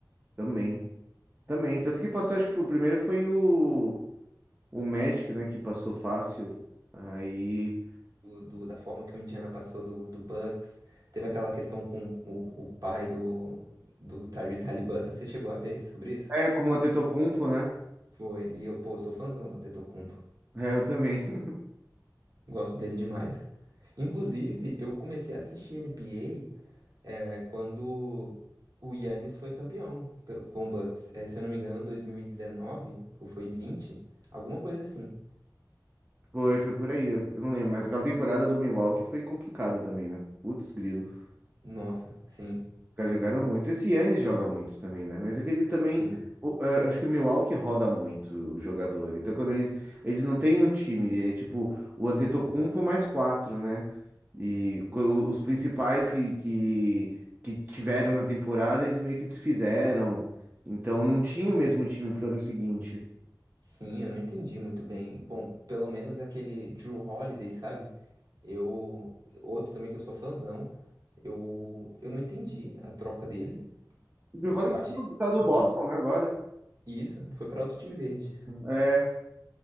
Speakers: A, on the right; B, on the right.
A: também. Também. Tanto que passou, acho que foi o primeiro foi o, o Magic, né? Que passou fácil. Aí.
B: do- do- da forma que o Indiana passou do, do Bucks. Teve aquela questão com o, o pai do, do Tyrese Halliburton. Você chegou a ver sobre isso?
A: É, com o Antetokounmpo, né?
B: Foi. E eu, pô, sou fãzão do Antetokounmpo.
A: É, eu também. <laughs>
B: Gosto dele demais. Inclusive, eu comecei a assistir NBA é, quando o Giannis foi campeão pe- com o Bucks. É, se eu não me engano, 2019 ou foi 20, alguma coisa assim.
A: Foi, foi por aí. Eu não lembro. Mas aquela temporada do Milwaukee foi complicada também, né? Putz, grilo.
B: Nossa, sim,
A: caras jogaram muito. Esse Yannis joga muito também, né? Mas aquele também.
B: sim,
A: o- a- acho que o Milwaukee roda muito o jogador. Então, quando eles. Eles não têm um time, é tipo o Antetokounmpo mais quatro, né? E co- os principais que, que, que tiveram na temporada, eles meio que desfizeram. Então, não tinha o mesmo time pro ano seguinte.
B: sim, eu não entendi muito bem. Bom, pelo menos aquele Drew Holiday, sabe? Eu, outro também que eu sou fãzão, eu, eu não entendi a troca dele.
A: O Bill
B: Eu
A: tá
B: achei
A: do tá do
B: ridículo.
A: Boston, né, agora.
B: E Isso, foi pra outro time verde.
A: É.